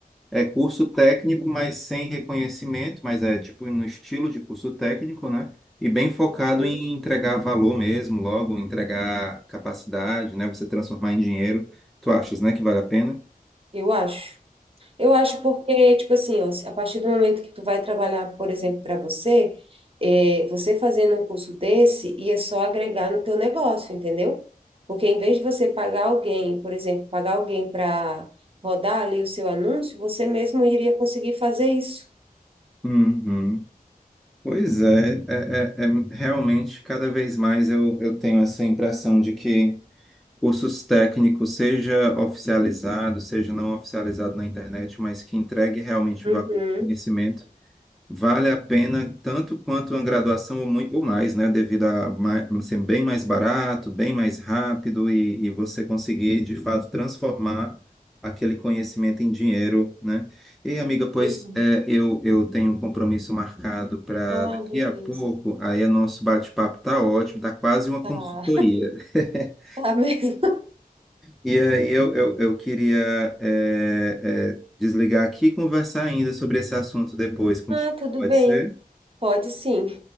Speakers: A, in the centre; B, on the right (about 40°).
A: É curso técnico, mas sem reconhecimento, mas é tipo no estilo de curso técnico, né? E bem focado
B: Uhum.
A: em entregar valor mesmo, logo, entregar capacidade, né? Você transformar em dinheiro. Tu achas, né, que vale a pena?
B: Eu acho. Eu acho porque, tipo assim, ó, a partir do momento que tu vai trabalhar, por exemplo, para você, eh, você fazendo um curso desse, ia só agregar no teu negócio, entendeu? Porque em vez de você pagar alguém, por exemplo, pagar alguém para rodar ali o seu anúncio, você mesmo iria conseguir fazer isso.
A: Uhum. Pois é, é, é- é- realmente cada vez mais eu, eu tenho essa impressão de que cursos técnicos, seja oficializado, seja não oficializado na internet, mas que entregue realmente
B: Uhum,
A: valor, conhecimento. Vale a pena tanto quanto uma graduação ou, mui- ou mais, né? Devido a mai- ser bem mais barato, bem mais rápido e, e você conseguir, de fato, transformar aquele conhecimento em dinheiro, né? E, amiga, pois
B: uhum.
A: é, eu, eu tenho um compromisso marcado para
B: Ah,
A: daqui
B: beleza.
A: a pouco, aí o nosso bate-papo tá ótimo, tá quase uma
B: Tá,
A: consultoria. <laughs>
B: <laughs> tá mesmo.
A: E aí eu, eu, eu queria é, é, desligar aqui e conversar ainda sobre esse assunto depois contigo,
B: Ah, tudo
A: pode
B: bem.
A: ser?
B: Pode sim,